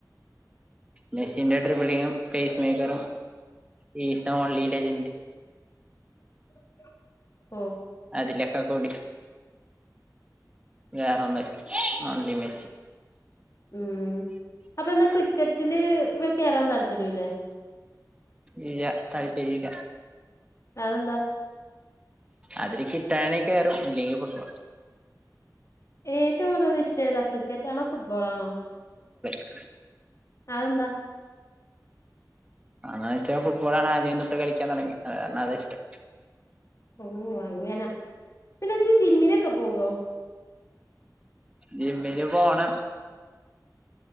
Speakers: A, on the right; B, on the left.
A: മെസിന്റെ ട്രിപ്പിളിങ്ങും ഫേസ് മേക്കറും പീസ്സ് ഓൺലി ലജന്റ്
B: ഒന്നും കേൾക്കുന്നില്ല
A: അതിലൊക്കെ കൂടി വേറെ ഒന്നുല്ല ഒൺലി മെസി
B: ഉം അപ്പൊ എന്താ ക്രിക്കറ്റില് വേം കേറാൻ താല്പര്യല്ലേ
A: ഇല്ല താല്പര്യല്ല
B: അതെന്താ?
A: അതിൽ കിട്ടാണേ കയറും ഇല്ലെങ്കിൽ ഫുട്ബോൾ
B: ഏറ്റവും കൂടുതൽ ഇഷ്ടം ഏതാണ് ക്രിക്കറ്റ് ആണോ ഫുട്ബോൾ ആണോ
A: ഉ
B: അതെന്താ?
A: അതായത് ഫുട്ബോളാണ് ആദ്യം തൊട്ട് കളിക്കാൻ തുടങ്ങി അത് കാരണം അത് ഇഷ്ടം
B: ഓ അങ്ങനെ പിന്നെ നീ ജിമ്മിനൊക്കെ പോകുവോ?
A: ജിമ്മില് പോണം